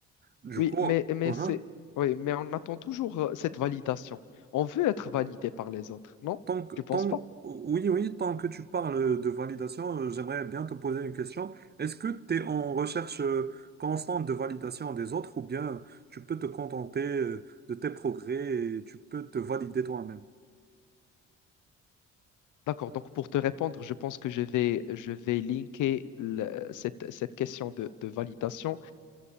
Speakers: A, on the right; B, on the left.
A: Du
B: oui,
A: coup,
B: mais, mais
A: hein.
B: c'est, oui, mais on attend toujours euh, cette validation. On veut être validé par les autres, non?
A: Tant que-
B: Tu penses
A: tant-
B: pas?
A: oui, oui, tant que tu parles de validation, euh, j'aimerais bien te poser une question. Est-ce que tu es en recherche euh, constante de validation des autres ou bien tu peux te contenter euh, de tes progrès et tu peux te valider toi-même?
B: D'accord, donc pour te répondre, je pense que je vais, je vais linker le- cette, cette question de, de validation